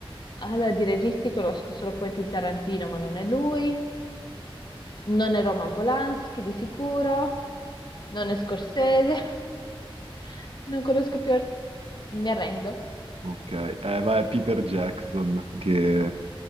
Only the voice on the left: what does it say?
Allora, di registi conosco solo Quentin Tarantino, ma non è lui. Non è Roman Polanski di sicuro, non è Scorsese, <laughs> non conosco più, art- mi arrendo.